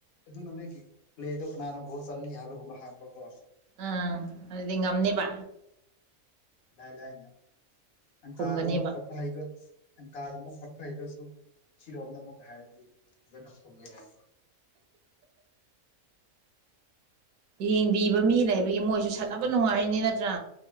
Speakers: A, on the left; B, on the right.
A: ꯑꯗꯨꯅ ꯅꯣꯏꯒꯤ ꯄ꯭ꯂꯦꯗꯣ ꯀꯅꯥꯅꯣ ꯒꯨꯜ ꯆꯂꯤ ꯍꯥꯏꯕꯒꯨꯝꯕ ꯍ ꯪꯕꯀꯣ
B: ꯑꯥ ꯑꯗꯨꯗꯤ ꯉꯝꯅꯦꯕ
A: ꯂꯥꯏ-ꯂꯥꯏꯅ ꯑꯪꯀꯥꯒꯨꯝꯕ
B: ꯈꯨꯝꯒꯅꯦꯕ
A: ꯈꯣꯠꯄ ꯑꯪꯀꯥꯒꯨꯝꯕ ꯈꯣꯠꯄ ꯍꯩꯗ꯭ꯔꯁꯨ ꯁꯤꯔꯣꯝꯗ ꯑꯃꯨꯛ ꯍꯥꯏꯔꯗꯤ ꯑꯗꯨ ꯅꯈꯣꯕꯩ ꯌꯥꯏ
B: ꯌꯦꯡꯕꯤꯕ ꯃꯤ ꯂꯩꯕꯒꯤ ꯃꯣꯏꯁꯨ ꯁꯥꯟꯅꯕ ꯅꯨꯡꯉꯥꯏꯔꯤꯅꯤ ꯅꯠꯇ꯭ꯔꯥ